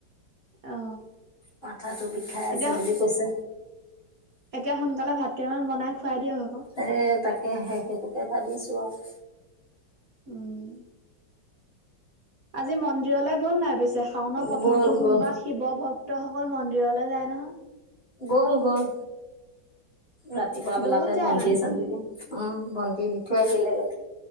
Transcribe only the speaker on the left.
মাথাতো বিষাই আছে
বুলি কৈছে।
এ তাকে হে সেইটোকে ভাবিছো আৰু।
আৰু
গ'ল
গ'ল
গ'ল, গ'ল। ৰাতিপুৱা বেলাতে
বন্তি
- চন্তি দি। অহ, ' বন্তি দি থৈ আহিলেগে।